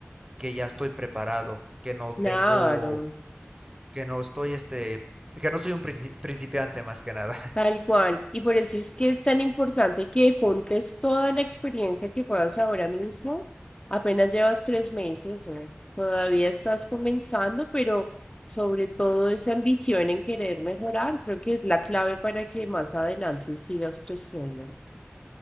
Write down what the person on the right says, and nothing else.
que ya estoy preparado, que no tengo,
que no estoy, este, que no soy un princi- principiante más que nada. <laughs>